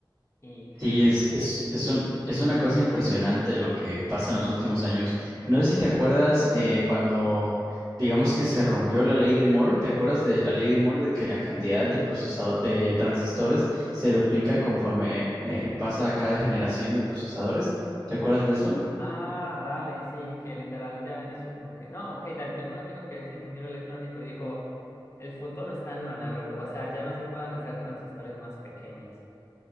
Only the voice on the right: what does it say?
Sí,
es,
es, es un- es una cosa impresionante lo que pasa en los últimos años. No sé si te acuerdas eh, cuando, digamos que se rompió la ley de Moore. ¿Te acuerdas de la ley de Moore de que la cantidad de procesado- de transistores se duplica conforme eh, pasa cada generación de procesadores? ¿Te acuerdas de eso?